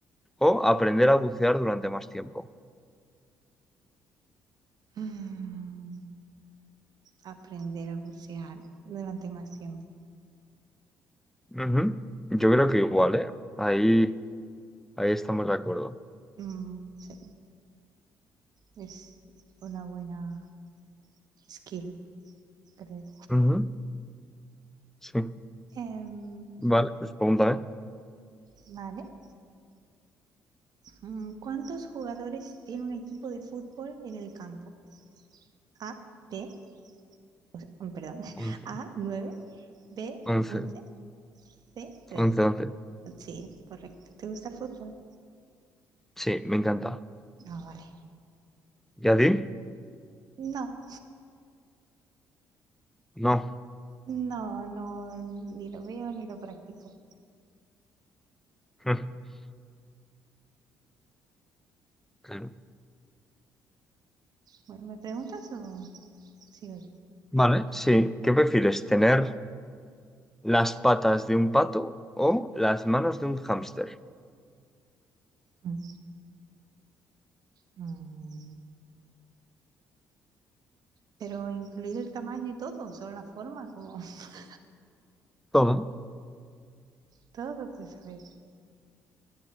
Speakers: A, in the centre; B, on the right.
A: o aprender a bucear durante más tiempo?
B: Mm, aprender a bucear durante más tiempo.
A: Ujú. Yo creo que igual, ¿eh? Ahí, ahí estamos de acuerdo.
B: Mm, sí, es una buena skill, creo.
A: Ujú. Sí.
B: Em,
A: Vale, pues pregúntame.
B: Vale. Mm, ¿Cuántos jugadores tiene un equipo de fútbol en el campo? A, B, o sea, mm, perdón, <laughs>
A: Once.
B: A, 9, B,
A: Once.
B: 11, C, 13.
A: Once, once.
B: Sí, correcto. ¿Te gusta el fútbol?
A: Sí, me encanta.
B: No vale.
A: ¿Y a ti?
B: No,
A: No.
B: no, no, ni lo veo ni lo practico.
A: <laughs> Claro.
B: Bueno, ¿me preguntas o sigo yo?
A: Vale, sí. ¿Qué prefieres? ¿Tener las patas de un pato o las manos de un hámster?
B: Mm. Mm, Pero incluido el tamaño y todo, solo la forma, como <laughs>
A: Todo.
B: todo, pues a ver.